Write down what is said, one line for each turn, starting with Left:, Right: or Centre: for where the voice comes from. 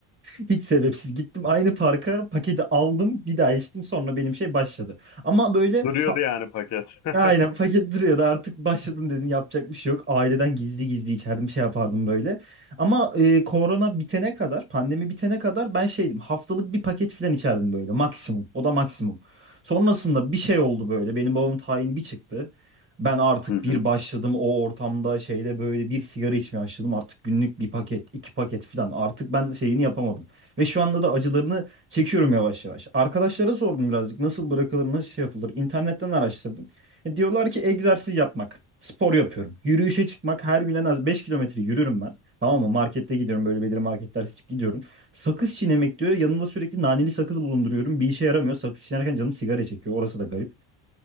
Right: <laughs> Hiç sebepsiz. Gittim aynı parka paketi aldım. Bir daha içtim. Sonra benim şey başladı. Ama böyle
Left: Duruyordu
Right: ha-
Left: yani paket. <laughs>
Right: Aynen paket duruyordu artık başladım dedim yapacak bir şey yok. Aileden gizli gizli içerdim şey yapardım böyle. Ama e, korona bitene kadar pandemi bitene kadar ben şeydim haftalık bir paket filan içerdim böyle maksimum o da maksimum. Sonrasında bir şey oldu böyle benim babamın tayini bir çıktı. Ben artık
Left: Hı hı.
Right: bir başladım o ortamda şeyde böyle bir sigara içmeye başladım artık günlük bir paket iki paket filan artık ben şeyini yapamadım. Ve şu anda da acılarını çekiyorum yavaş yavaş. Arkadaşlara sordum birazcık nasıl bırakılır nasıl şey yapılır internetten araştırdım. E, Diyorlar ki egzersiz yapmak. Spor yapıyorum. Yürüyüşe çıkmak. Her gün en az 5 kilometre yürürüm ben. Tamam mı? Markette gidiyorum. Böyle belirli marketler seçip gidiyorum. Sakız çiğnemek diyor. Yanımda sürekli naneli sakız bulunduruyorum. Bir işe yaramıyor. Sakız çiğnerken canım sigara çekiyor. Orası da garip.